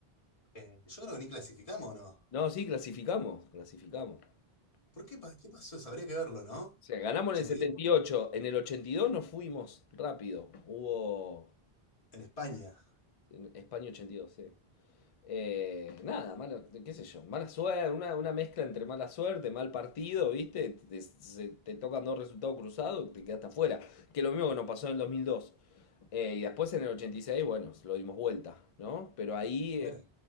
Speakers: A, on the left; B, on the left.
A: Eh, yo creo que ni clasificamos o no.
B: No, sí, clasificamos, clasificamos.
A: ¿Por qué, pa- qué pasó eso? Habría que verlo, ¿no?
B: O sea, ganamos
A: ochenta
B: en el setenta
A: y dos
B: y ocho En el 82 nos fuimos rápido. Hubo
A: en España.
B: en España ochenta y dos sí. Eh, nada, mala, qué sé yo, mala suerte, una, una mezcla entre mala suerte, mal partido, ¿viste? Te, se- te tocan dos resultados cruzados, te quedaste afuera. Que lo mismo que nos pasó en el 2002. Eh, y después en el 86, bueno, lo dimos vuelta, ¿no? Pero ahí
A: Bueno,
B: eh,